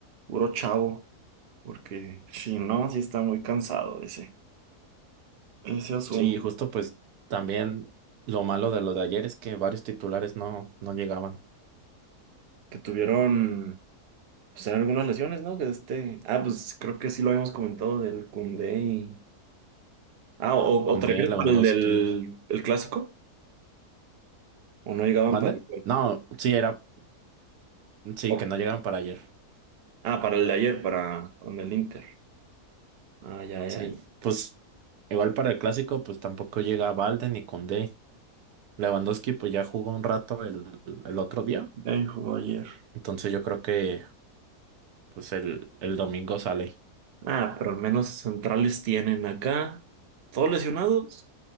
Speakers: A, on the right; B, on the right.
A: puro chavo, porque <laughs> si no, sí está muy cansado ese, ese asunto
B: sí, justo pues también lo malo de lo de ayer es que varios titulares no, no llegaban.
A: que tuvieron. Pues eran algunas lesiones, ¿no? Que este. Ah, pues creo que sí lo habíamos comentado del Koundé y. Ah, o,
B: Conde,
A: o te refieres
B: Lewandowski.
A: para el del el clásico? ¿O no llegaban
B: ¿Mande?
A: para el gol?
B: No, sí, era, sí,
A: o-
B: que no llegaron para ayer.
A: Ah, para el de ayer, para con el Inter. Ah, ya, ya,
B: Sí,
A: ya.
B: pues igual para el clásico, pues tampoco llega Valde ni Conde. Lewandowski pues ya jugó un rato el, el otro día.
A: Ya jugó ayer.
B: Entonces yo creo que pues el, el domingo sale.
A: Ah, pero al menos centrales tienen acá. Todos lesionados.